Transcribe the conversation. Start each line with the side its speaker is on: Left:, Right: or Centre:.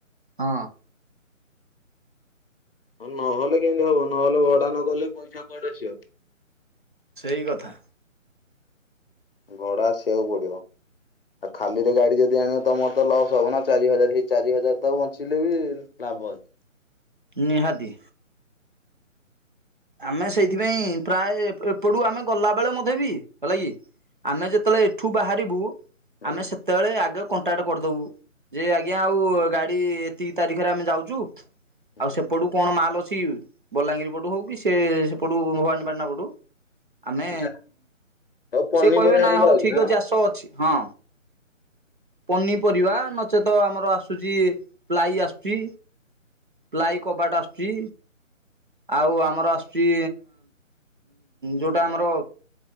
Right: ହଁ
Left: ନହେଲେ କେମିତି ହବ ନହେଲେ ଭଡା ନ କଲେ ପଇସା କୁଆଡୁ ଆସିବ।
Right: ସେଇ କଥା।
Left: ଭଡା ଆସିବାକୁ ପଡିବ। ଆଉ ଖାଲିରେ ଗାଡି ଯଦି ଆଣିବା ତମର ତ ଲସ୍ ହବ ନା ଚାରି ହଜାର ହେଇ ଚାରି ହଜାର ତ ବଞ୍ଚିଲେ ବି ଲାଭ ଅଛି।
Right: ନିହାତି। ଆମେ ସେଇଥିପାଇଁ ପ୍ରାୟ ଏପଟୁ ଆମେ ଗଲା ବେଳେ ମଧେ ବି ହେଲା କି ଆମେ ଯେତେବେଳେ ଏଠୁ ବାହାରିବୁ
Left: ହୁଁ
Right: ଆମେ ସେତେବେଳେ ଆଗ କଣ୍ଟାକ୍ଟ କରିଦବୁ। ଯେ ଆଜ୍ଞା ଆଉ ଗାଡି ଏତିକି ତାରିଖରେ ଆମେ ଯାଉଚୁ
Left: ହୁଁ
Right: ଆଉ ସେପଟୁ କଣ ମାଲ ଅଛି। ବଲାଙ୍ଗୀର ପଟୁ ହଉ କି ସେ ସେପଟୁ ଭବାନୀପାଟନା ପଟୁ ଆମେ
Left: ଯାହା ଆଉ ପନିପରିବା
Right: ସିଏ କହିବେ ନାଇଁ
Left: ପଡିଆ
Right: ହଉ
Left: ହଉଛି
Right: ଠିକ
Left: ନା
Right: ଅଛି ଆସ ଅଛି ହଁ। ପନିପରିବା ନଚେତ ଆମର ଆସୁଚି ପ୍ଲାଇ ଆସୁଚି ପ୍ଲାଇ କବାଟ ଆସୁଚି। ଆଉ ଆମର ଆ ଯି ଯୋଉଟା ଆମର